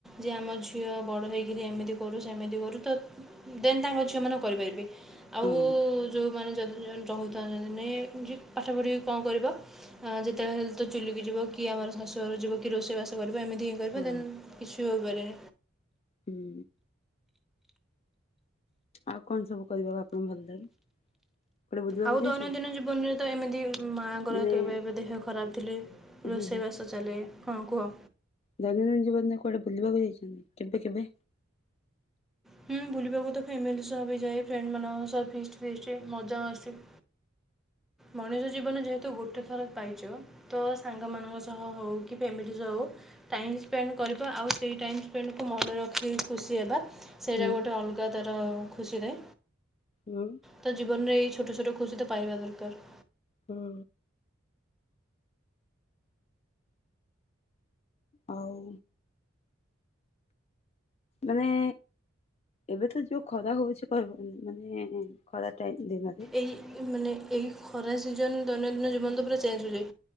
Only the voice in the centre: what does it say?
ଯେ ଆମ ଝିଅ ବଡ଼ ହେଇ କିରି ଏମିତି କରୁ ସେମିତି କରୁ ତ ଦେନ୍ ତାଙ୍କ ଝିଅମାନ କରିପାରିବେ ଆଉ
ଯୋଉମାନେ <unintelligible> <unintelligible> ପାଠ ପଢ଼ିକି କଁ କରିବ? ହଁ ଯେତେଏଳେ ହେଲେ ତ ଚୁଲିକୁ ଯିବ କି ଆମର ଶାଶୁ ଘର ଯିବ କି ରୋଷେଇବାସ କରିବ ଏମିତି ହିଁ
<unintelligible> କିଛୁ ହୋଇ ପାରେନି।
ଆଉ
ଦୈନନ୍ଦିନ ଜୀବନ ରେ ତ ଏମିତି ମାଆଙ୍କର
କେବେ ଏବେ ଦେହ ଖରାପ ଥିଲେ। ରୋଷେଇବାସ
ଚାଲେ। ହଁ କୁହ?
ହୁଁ ବୁଲିବାକୁ ତ ଫ୍ୟାମିଲି ସହ ବି ଯାଏ। ଫ୍ରେଣ୍ଡ ମାନଙ୍କ ସହ ଫିଷ୍ଟ୍ ଫିଷ୍ଟ ମଜାମସ୍ତି ମଣିଷ ଜୀବନ ଯେହେତୁ ଗୋଟେ ଥର ପାଇଚ ତ ସାଙ୍ଗମାନାନଙ୍କ ସହ ହଉ କି ଫ୍ୟାମିଲି ସହ ହଉ ଟାଇମ ସ୍ପେଣ୍ଡ କରିବା। ଆଉ ସେଇ ଟାଇମ ସ୍ପେଣ୍ଡକୁ ମନେ ରଖିକି ଖୁସି ହେବା। ସେଇଟା
ଗୋଟେ ଅଲଗା ତାର ଖୁସିରେ।
ତ ଜୀବନରେ ଏଇ ଛୋଟ ଛୋଟ ଖୁସି ତ ପାଇବା ଦରକାର।
ଏଇ ମାନେ ଏଇ ଖରା ସିଜନ ଦୈନନ୍ଦିନ ଜୀବନ ତ ପୁରା ଚେଞ୍ଜ ହଉଛି।